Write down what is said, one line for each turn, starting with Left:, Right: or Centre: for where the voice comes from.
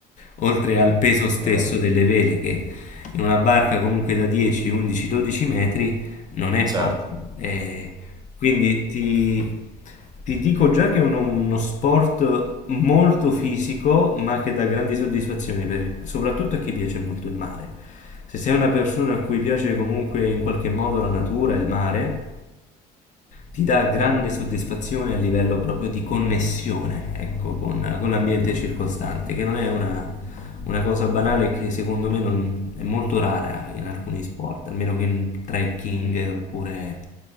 Left: oltre al peso stesso
Right: Mm.
Left: delle vele, che in una barca comunque da 10, 11, 12 metri non è
Right: Mm.
Left: poco.
Right: Certo.
Left: Eh, quindi ti, ti dico già che è uno, uno sport molto fisico, ma che dà grandi soddisfazioni, per- soprattutto a chi piace molto il mare. Se sei una persona a cui piace comunque in qualche modo la natura e il mare, ti dà grande soddisfazione a livello proprio di connessione, ecco, con, con l'ambiente circostante, che non è una, una cosa banale che secondo me non- è molto rara in alcuni sport, almeno che in trekking
Right: Mm.
Left: oppure